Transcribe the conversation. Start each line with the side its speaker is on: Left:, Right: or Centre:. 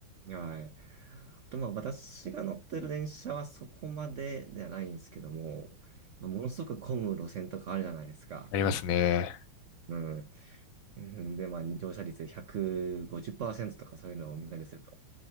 Right: はい。あと、まあ、私が乗ってる電車はそこまでではないんですけども、ものすごく混む路線とかあるじゃないですか。
Left: ありますね。
Right: うん。うんで、まあ、乗車率150%とかそういうのを見たりすると、